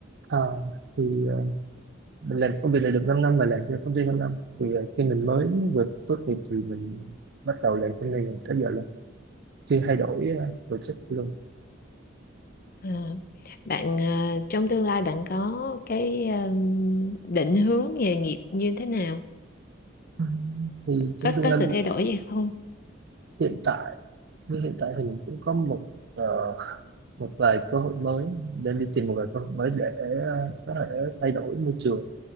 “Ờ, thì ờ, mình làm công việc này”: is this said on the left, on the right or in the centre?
Right